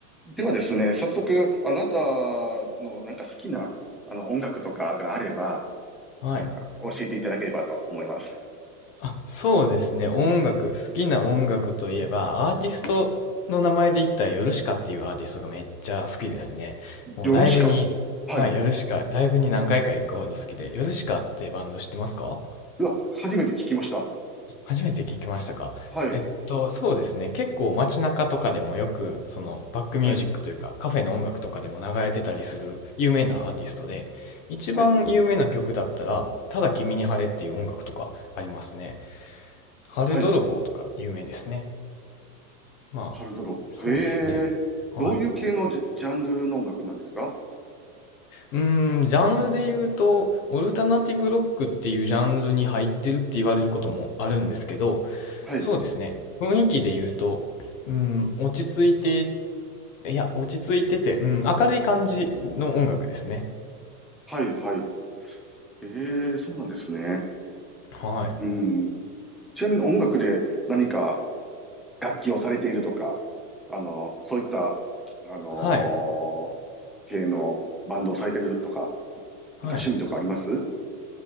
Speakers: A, in the centre; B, on the left.
A: ではですね、早速、あなたのなんか好きな、あの音楽とかがあれば、
B: はい。
A: なんか教えていただければと思います。
B: あ、そうですね。音楽、好きな音楽といえば、アーティストの名前で言ったら、ヨルシカっていうアーティストがめっちゃ好きですね。もうライブに、
A: よろしか。はい。
B: はい、
A: い
B: ヨルシカ、ライブに何回か行くほど好きで、ヨルシカってバンド知ってますか
A: や、初めて聞きました。
B: 初めて聞きましたかえっと、
A: はい。
B: そうですね。結構街中とかでもよく、そのバックミュージックというか、
A: はい。
B: カフェの音楽とかでも流れてたりする有名なアーティストで、一番有名な曲だったら、
A: はい。
B: ただ君に晴れっていう音楽とかありますね。春泥棒とか有名ですね。
A: はい。
B: まあ、
A: ハルドロップ。
B: そうですね。
A: へえ。
B: はい。
A: どういう系のジャ、ジャンルの音楽なんですか
B: うーん、ジャンルで言うと、オルタナティブロックっていうジャンルに入ってるって言われることもあるんですけど、
A: はい。
B: そうですね。雰囲気で言うと、うん、落ち着いて、いや、落ち着いてて、うん、明るい感じの音楽ですね。
A: はい。はい。ええ、そうなんですね。
B: はい。
A: うん。ちなみに音楽で何か楽器をされているとか、あの、そういった、あの
B: はい。
A: 系のバンドをされてるとか、なんか
B: はい。
A: 趣味とかあります